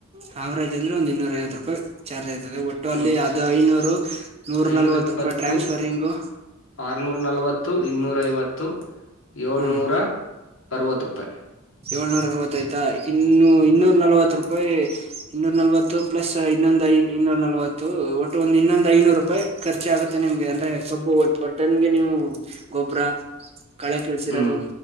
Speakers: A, on the right; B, on the left.
A: ಸಾವರಾಜ್ಂದ್ರ ಒಂದು ಇನ್ನೂರೈವತ್ತು ರೂಯ ಚಾರ್ಜ್ಐತೆ ಒಟ್ಟು
B: ಹ್ಮ್
A: ಅಲ್ಲಿ ಅದು ಐನೂರು ನೂರ
B: ಐನೂರ
A: ನಲ್ವತ್
B: ಇಪ್ಪತ್ತು
A: ರೂಪಾಯಿ ಟ್ರಾನ್ಸ್ಫರಿಂಗು
B: ಆರ್ನೂರ ನಲವತ್ತು ಇನ್ನೂರ ಐವತ್ತು ಏಳ್ನೂರ
A: ಹ್ಮ
B: ಅರವತ್ತು ರೂಪಾಯಿ
A: ಏಳ್ನೂರ ಅರವತ್ತಾಯ್ತಾ ಇನ್ನುೂ ಇನ್ನೂರ ನಲ್ವತ್ ರೂಪಾಯಿ ಇನ್ನೂರ ನಲ್ವತ್ತು ಪ್ಲಸ್ ಇನ್ನೊಂದು ಐ ಇನ್ನೂರ ನಲ್ವತ್ತು ಒಟ್ಟು ಒಂದು ಇನ್ನೊಂದು ಐನೂರು ರಪಾಯ ಖರ್ಚಿ ಆಗುತ್ತೆ ನಿಮಗೆ ಅಂದ್ರೆ ಸಬ್ಬು ಮಟನ್ಗೆ ನೀವು ಗೊಬರ ಕಳೆ ಕೀಳಸರೋದು
B: ಹ್ಮ್